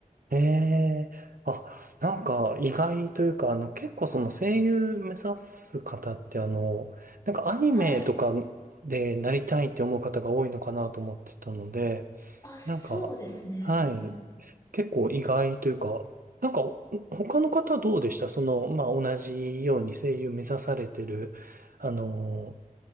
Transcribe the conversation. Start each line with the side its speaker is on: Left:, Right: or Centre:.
Right: ええ、あ、なんか意外というか、あの、結構その声優目指す方って、あの、なんかアニメとか
Left: はい。
Right: でなりたいって思う方が多いのかなと思ってたので、
Left: あ、そうですね。
Right: なんか、はい。
Left: うん。
Right: 結構意外というか、なんか、他の方どうでしたその、まあ、同じように声優目指されてる、あの